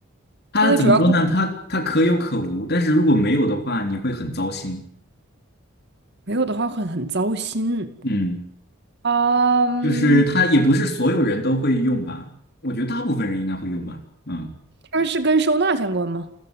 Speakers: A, on the left; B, on the right.
A: 它怎么说呢？
B: 它的主要功
A: 它它可有可无，但是如果没有的话，你会很糟心。
B: 没有的话很很糟心。
A: 嗯，
B: 嗯，
A: 就是它也不是所有人都会用吧？我觉得大部分人应该会用吧。嗯。
B: 它是跟收纳相关吗？